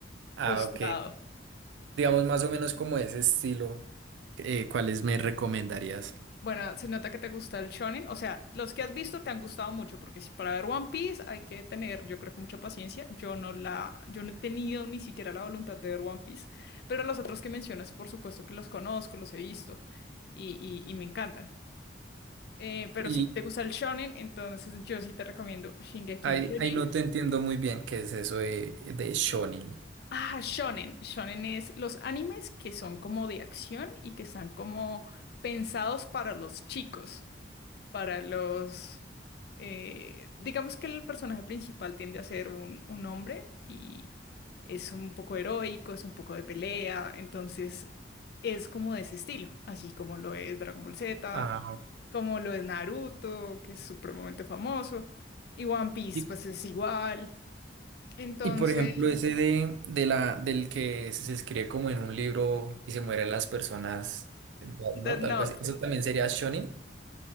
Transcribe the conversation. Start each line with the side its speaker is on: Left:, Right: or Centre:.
Right: Ah,
Left: Frustrado.
Right: ok. Digamos más o menos como ese estilo, eh, ¿cuáles me recomendarías?
Left: Bueno, se nota que te gusta el shonen. O sea, los que has visto te han gustado mucho, porque si para ver One Piece hay que tener, yo creo que mucha paciencia. Yo no la, yo no he tenido ni siquiera la voluntad de ver One Piece, pero los otros que mencionas, por supuesto que los conozco, los he visto y, y y me encantan. Eh, pero
Right: Y
Left: sí, te gusta el shonen, entonces yo sí te recomiendo Shingeki
Right: ahí,
Left: no Kyojin.
Right: ahí no te entiendo muy bien qué es eso de, de shonen.
Left: Ah, shonen. Shonen es los animes que son como de acción y que están como pensados para los chicos. para los... eh, digamos que el personaje principal tiende a ser un, un hombre y es un poco heroico, es un poco de pelea, entonces es como de ese estilo, así como lo es Dragon Ball Z,
Right: Ah, ok.
Left: como lo es Naruto, que es supremamente famoso, y One Piece
Right: y,
Left: pues es igual. Entonces,
Right: y por ejemplo, ese de, de la, del que se se escribe como en un libro y se mueren las personas, ¿no?
Left: Death Note.
Right: Algo así. Eso también sería shonen